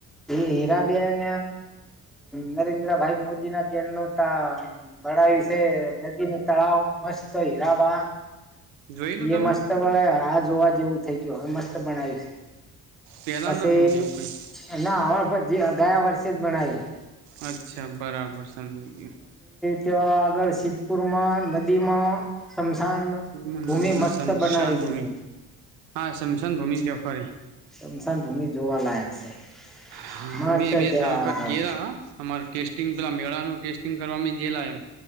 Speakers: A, in the centre; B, on the right.
A: હીરાબેન નરેન્દ્રભાઈ મોદી ના બેન નું તા બળાયું છે. નદીનું તળાવ મસ્ત હીરાબા
B: જોયેલું તમે
A: એ મસ્ત બણ, આ જોવા જેવું થઈ ગયું, હવે મસ્ત બણયુ છે.
B: પેલા
A: પછી
B: નતું એવું કઈ
A: ના હવે પછી ગયા વર્ષેજ બનાયું.
B: અચ્છા, બરાબર, સમજી ગયો.
A: ત્યોં આગળ સિદ્ધપુરમાં નદીમાં શમશાન
B: મનાલીમાં
A: ભૂમિ મસ્ત
B: શમશાન
A: બનાયલી
B: ભૂમિ
A: છે.
B: હા શમશાન ભૂમિ તો ખરી
A: શમશાન ભૂમિ જોવા લાયક છે.
B: હા,
A: મસ્ત
B: અમે બે
A: ત્યાં
B: ત્રણ વખત
A: આગળ
B: ગેલા હા, અમારા ટેસ્ટિંગ પેલા મેળાનું ટેસ્ટિંગ કરવા. ગેલા એમ,